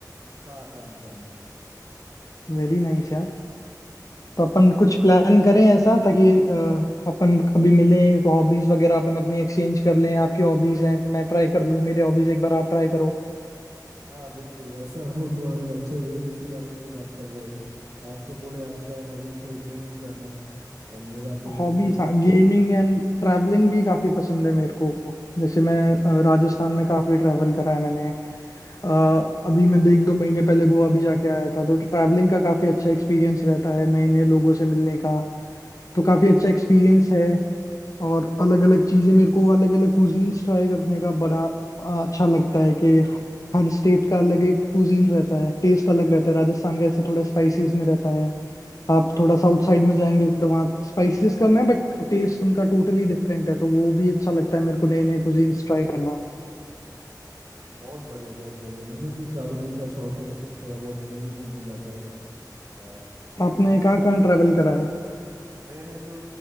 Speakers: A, on the right (about 60°); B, on the left (about 50°).
A: हाँ ड्रम ड्रम
B: वेरी नाइस यार तो अपन कुछ प्लान करें ऐसा ताकि अ, अपन कभी मिलें तो हॉबीज वगैरह अपन अपनी एक्सचेंज कर लें आपकी हॉबीज हैं मैं ट्राई कर लूँ मेरे हॉबीज एक बार आप ट्राई करो
A: हाँ बिल्कुल वैसा हो तो अगर अच्छा ही है उसी बारे में तो बात कर रहे हैं आप तो बोले आपका हॉबीज है गेमिंग करना और मेरा तो म्यूजिक
B: हॉबीज हाँ गेमिंग एंड ट्रैवलिंग भी काफी पसंद है मेरे को जैसे मैं अ, राजस्थान में काफी ट्रैवल करा है मैंने आ, अभी मैं देख दो महीने पहले गोवा भी जाके आया था तो ट्रैवलिंग का काफी अच्छा एक्सपीरियंस रहता है नए नए लोगों से मिलने का तो काफी अच्छा एक्सपीरियंस है और अलग अलग चीजें मेरे को अलग अलग कुजीन्स ट्राई करने का बड़ा आ, अच्छा लगता है कि हर स्टेट का अलग एक कुजीन रहता है टेस्ट अलग रहता है राजस्थान का ऐसे थोड़ा स्पाइसेस में रहता है आप थोड़ा साउथ साइड में जाएंगे तो वहाँ स्पाइसेस कम है बट टेस्ट उनका टोटली डिफरेंट है तो वो भी अच्छा लगता है मेरे को नए नए कुजीन्स ट्राई करना
A: बहुत बढ़िया बहुत बढ़िया मुझे भी ट्रैवलिंग का शौक है थोड़ा बहुत मैं भी घूमने जाता हूँ और स्पाइसेस
B: आपने कहाँ
A: का
B: कहाँ ट्रैवल करा है
A: मैंने तो